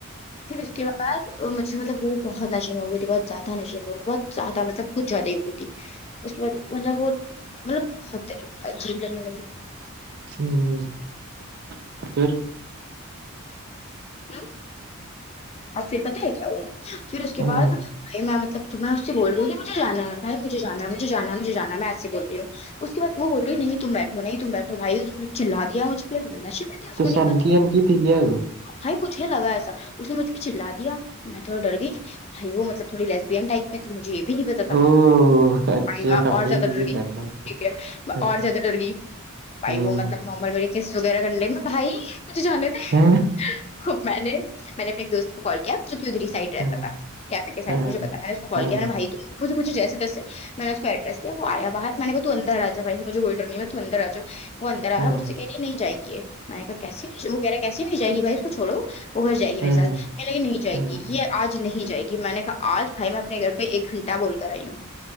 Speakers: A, on the left (about 30°); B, on the right (about 45°).
A: پھر اس کے بد ب مجھے مطلب وہ بہت نشے میںب بہت زیادہ نشیین بہت زیادہ مطلب کچھ زیادہ ہی ہوتی تھی اس کے بعد مطلب وہ مطلب ہوتے جم لگنے لگی
B: ہ ہ پھر
A: ہ اب پھر پت ہے کیا ہوا پھر اس کے
B: ہاں
A: بعد بھ میں مطلب تو میں اس سے بول رہ ہوں مجھےانا ہے بھ مجھےانا مجھ جانا ہے مھ جانا ہے میں ایس بول رہی ہوں اس کے بعد وہ بول رہی نہیں تم بیٹھو نہیں تم بیٹھو بھائی اس چلایا مجھ پ نشے میں اس
B: تو
A: کو نہیں
B: سن
A: پچ
B: کی ان کی تھی کیا وہ؟
A: بھائی مجھے لگا ایسا اس نے مجھ چ چلاا دیا میں تھوڑا ڈر گئی بھائی وہ مطل تھڑی لسبینٹائ تج جے یہ بھی نہیں پتا
B: او اچھا
A: بھائی
B: ہمین
A: اور زیادہ ڈر
B: یہ
A: گئی
B: کرنا
A: ٹھیک ہے
B: ہوں
A: اور زیادہ ڈر گئی بھائی
B: ہوں
A: وہ مطلب س وغیرہ کنڈے میں بھائی مجھے جانے تھے
B: ہاں
A: میں نے نے اپنے ایک دوست کال کیا کیدری سائڈ رہتا
B: ہاں
A: تھا کیفے کے سائڈ
B: ہاں
A: مجھے پتا میں نے کو کال
B: ہاں ہوں
A: کیا میںیر نے بھائی تو وہ مجھ جیسے جیے میں نے اس کو ایڈریسیا وہ آیا باہر میں نے کہا تو ا انر جا بھائیجھے کوئی ڈر نہیں میں ت تو اندر آ جا وہ اندرا
B: ہاں
A: ہے اس سے کہہی نہیں جائے گی یہ میں نے کہا کیسی نہیں وہ کہہ رہا کیسیے نہیں جائے گی بائی اس کو چوڑو وہ گھر جائے گی میرے
B: ہاں
A: ساتھ کہ لگ کہ نہیں جائے
B: ہاں ہوں
A: گی یہ آج نہیں جائے گی ج میں نے کہا آج بھائی میں اپنے گھر پہ ایک گھنٹہ بول کر آئی ہوں